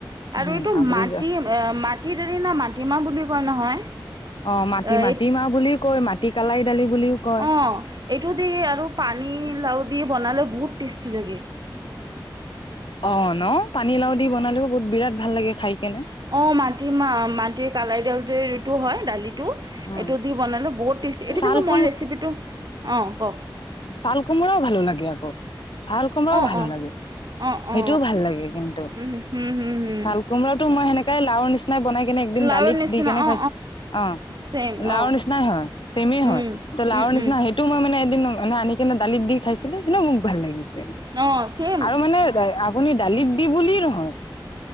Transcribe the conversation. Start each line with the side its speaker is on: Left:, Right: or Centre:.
Left: উম
Right: আৰু এইটো
Left: আপুনি
Right: মাটি-মাটি দাৰ না মাটিমাহ বুলি কয় নহয়?
Left: অঁ মাটি-মাটি
Right: অ',
Left: মাৰ বুলি কয় মাটি কালাই দালি বুলিও কয়।
Right: অঁ এইটো দি আৰু পানী লাও দি বনালে বহুত টেষ্টি লাগে৷
Left: অঁ ন পানীলাওঁ দি বনালেওঁ বহুত বিৰাট ভাল লাগে খাই৷ কেনে
Right: অঁ মাটি মাহ মাটিৰ কালাই দাল যে তো হয় দালি
Left: উম।
Right: এইটো দি বনালে বহুত টেষ্ট এইটো
Left: ছাল
Right: কিন্তু মই
Left: কোম
Right: ৰেচিপিটো অঁ কওঁক
Left: ছাল কোমোৰাও ভালো লাগে আকৌ ছাল কোমোৰাও
Right: অ
Left: ভালো
Right: অ
Left: লাগে৷
Right: অ
Left: সেইটোও
Right: অ
Left: ভাল লাগে কিন্তু
Right: উম হম হম হম
Left: ছাল কোমৰাটো মই সেনেকাই লাও নিচি নিচিনাই বনাই কেনে একদিন
Right: লাৰুৰ
Left: দালিত
Right: নিচিনা
Left: দি কেনে
Right: অ
Left: খাইছ অ
Right: চেম
Left: লাওৰ
Right: অ
Left: নিচিনাই হয় চেমে
Right: উম
Left: হয়৷ ত লাৰ
Right: উম
Left: নিচিনা
Right: উম
Left: সেইটোও মই মান এদ ম আনি কিনে দালিত দি খাইছিলো সেনেও মোক ভাল লাগিছিল৷
Right: অ চেম
Left: আৰু মানে আপুনি দালিত দি বুলিয়েই নহয়